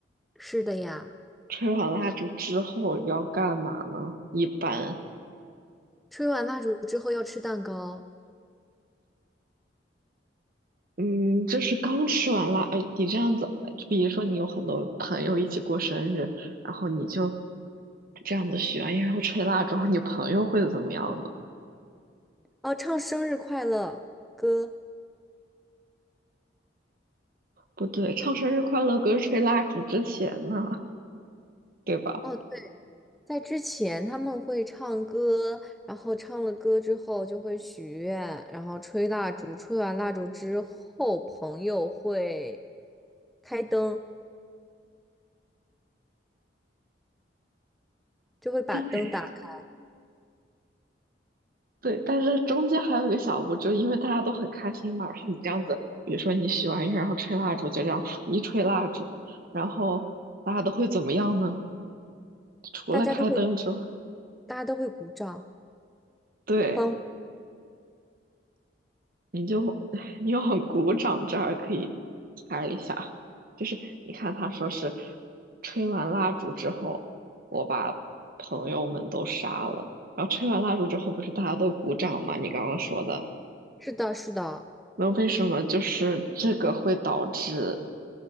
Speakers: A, in the centre; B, on the right.
A: 是的呀。
B: 吹完蜡烛之后要干嘛呢？一般，
A: 吹完蜡烛之后要吃蛋糕，
B: 嗯，就是刚吃完蜡，呃，你这样子，比如说你有很多朋友一起过生日，然后你就这样子许完愿，然后吹蜡烛，然后你朋友会怎么样呢？
A: 哦，唱生日快乐歌。
B: 不对，唱生日快乐歌是吹蜡烛之前呢，对吧？
A: 哦，对，在之前他们会唱歌，然后唱了歌之后就会许愿，然后吹蜡烛，吹完蜡烛之后，朋友会开灯，就会把灯打开，
B: 对，对，但是中间还有一个小步，就因为大家都很开心嘛，然后你这样子，比如说你许完愿，然后吹蜡烛，就这样一吹蜡烛，然后大家都会怎么样呢？除了开灯之外，
A: 大家都会，大家都会鼓掌。
B: 对，
A: 欢呼。
B: 你就 <laughs> 你又鼓掌，这儿可以猜一下，就是你看他说是吹完蜡烛之后，我把朋友们都杀了，然后吹完蜡烛之后，不是大家都鼓掌吗？你刚刚说的。
A: 是的，是的，
B: 那为什么就是这个会导致